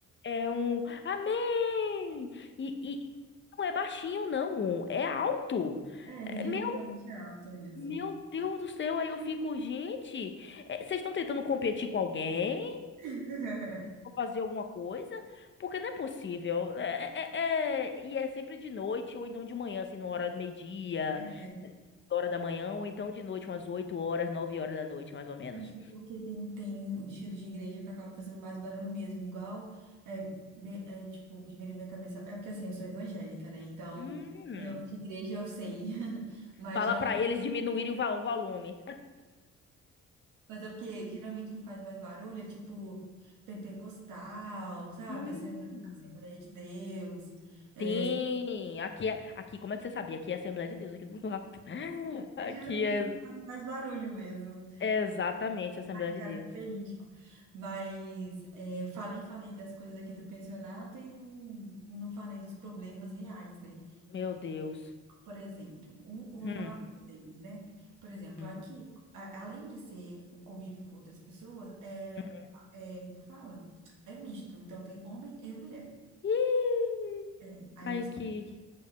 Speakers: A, on the left; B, on the right.
A: é um Amém! E, e não é baixinho, não, um, é alto.
B: É, a igreja
A: É, Meu,
B: geralmente é alta mesmo.
A: meu Deus do céu, aí eu fico, gente, é, vocês estão tentando competir com alguém?
B: <laughs>
A: Vou fazer alguma coisa, porque não é possível. né? É, é- é- e é sempre de noite, ou então de manhã, assim, na hora do meio-dia,
B: É,
A: hora da manhã, ou então de noite, umas 8 horas, nove horas da noite, mais ou menos.
B: Acho que porque tem, tem um estilo de igreja que acaba fazendo mais barulho mesmo, igual é, me- é, tipo, o que vem na minha cabeça. É porque assim, eu sou evangélica, né? Então,
A: Hum,
B: eu de igreja eu sei. <laughs> Mas
A: fala
B: geralmente,
A: pra eles diminuírem o va- o volume.
B: mas é porque geralmente quem faz mais barulho é tipo pentecostal, sabe?
A: Hum.
B: Assembleia, Assembleia de Deus. É,
A: Sim, aqui é, aqui, como é que você sabia? Aqui é Assembleia de Deus, aqui do lado. <laughs>
B: é
A: Aqui
B: geralmente
A: é,
B: assim que fazem mais barulho mesmo.
A: é exatamente a Assembleia de
B: característico.
A: Deus.
B: Mas é, eu falei, falei das coisas aqui do pensionato e não, e não falei dos problemas reais, né?
A: Meu Deus.
B: Por exemplo, um, eu vou
A: Hum,
B: falar um deles, né? Por exemplo,
A: hum,
B: aqui, a- além de ser o convívio com outras pessoas, é,
A: hum.
B: é, como fala? É misto. Então, tem homem e mulher.
A: Ih,
B: É, aí
A: ai,
B: você...
A: que,